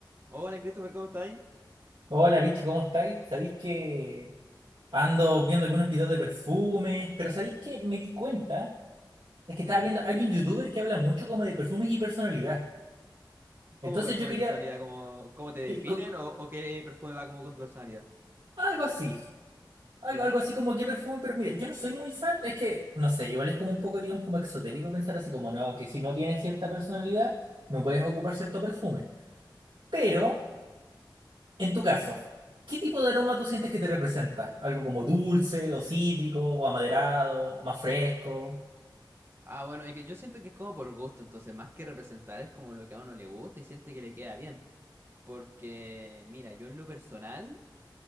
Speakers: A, on the right; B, on the right.
A: Hola Christopher, ¿cómo estás ahí?
B: Hola, bicho, ¿cómo estáis? Sabéis que ando viendo algunos videos de perfumes, pero ¿sabéis que me di cuenta? Es que estaba
A: ¿Ya?
B: viendo, hay un youtuber que habla mucho como de perfumes y personalidad. Entonces
A: ¿Cómo perfume
B: yo quería
A: mi personalidad? ¿Cómo, cómo te definen?
B: que, co-
A: ¿O, o qué perfume va como con tu personalidad?
B: algo así, algo,
A: ¿Ya?
B: algo así como qué perfume, pero mira, yo no soy muy fan, es que, no sé, igual es como un poco, digamos, como exotérico pensar así como, no, que si no tienes cierta personalidad, no puedes ocupar cierto perfume. Pero, en tu caso, ¿qué tipo de aroma tú sientes que te representa? ¿Algo como dulce, o cítrico, o amaderado, o más fresco?
A: Ah, bueno, y que yo siento que es como por gusto, entonces más que representar es como lo que a uno le gusta y siente que le queda bien. Porque, mira, yo en lo personal